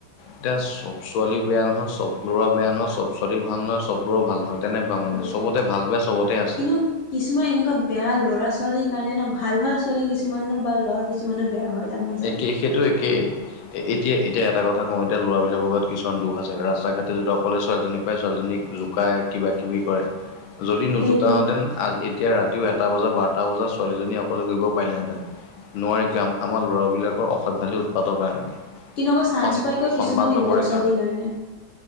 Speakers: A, on the left; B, on the left.
A: এতিয়া চব ছোৱালী বেয়া নহয়, চব ল'ৰা বেয়া নহয়। চব ছোৱালী ভাল নহয়, চব লৰা ভাল নহয়। তেনেকুৱা
B: সেইটোৱে
A: মানে চবতে ভাল, বেয়া চবতে আছে।
B: কিন্তু কিছুমান এনেকুৱা বেয়া ল'ৰা -ছোৱালীৰ কাৰণে ন ভাল -ভাল ছোৱালী কিছুমান বা ল'ৰা কিছুমানো বেয়া হয়। তাৰ মাজত
A: একেই সেইটো একেই। এতিয়া - এতিয়া এটা কথা কওঁ এতিয়া ল'ৰাবিলাকৰ গাত কিছুমান দুখ আছে। ৰাস্তা ঘাটে যদি অকলে ছোৱালীজনী পায় ছোৱালীজনীক জোকাই কিবা- কিবি কৰে। যদি নোজোকাও
B: সেইটোৱে
A: হেঁতেন আজ এতিয়া ৰাতিও এটা বজা, বাৰটা বজাত ছোৱালীজনী অকলে ঘূৰিব পাৰিলেহেঁতেন নোৱাৰি কাম আমাৰ ল'ৰা বিলাকৰ অসভ্যালী উৎপাতৰ কাৰণে।
B: কিন্তু আকৌ চান্স
A: সন
B: পাই গৈ
A: সন্মান
B: কিছুমান এইবিলাক
A: নকৰে
B: ছোৱালীৰ কাৰণে।